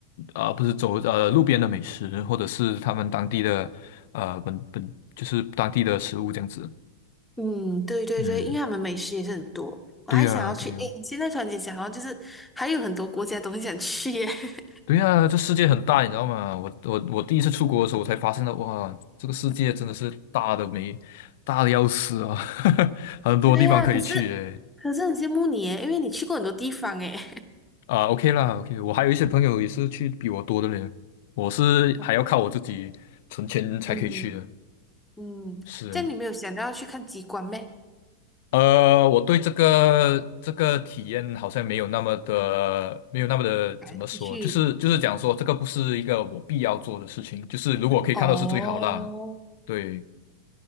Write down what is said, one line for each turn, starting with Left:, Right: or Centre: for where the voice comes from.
Left: 啊、不是走呃，路边的美食，或者是他们当地的，呃，本本就是当地的食物这样子。
Centre: 嗯，对对对，
Left: 嗯，
Centre: 因为他们美食也是很多，我还想要去，
Left: 对呀、对呀、
Centre: 诶，现在突然间想到就是还有很多国家都很想去耶。<laughs>
Left: 对呀、这世界很大，你知道吗？我我我第一次出国的时候，我才发现到，哇，这个世界真的是大的没大的要死啊，<laughs> 很多地方可以去诶。
Centre: 对呀，可是可是很羡慕你耶，因为你去过很多地方耶。
Left: 啊，OK 啦，OK，我还有一些朋友也是去比我多的嘞，我是还要靠我自己存钱才可以去的。
Centre: <laughs> 嗯嗯，
Left: 是，
Centre: 这样你没有想到要去看极光咩？
Left: 呃，我对这个这个体验好像没有那么的，没有那么的怎么说，
Centre: 感兴趣
Left: 就是就是讲说这个不是一个我必要做的事情，就是如果可以看到是最好啦。
Centre: 哦，
Left: 对，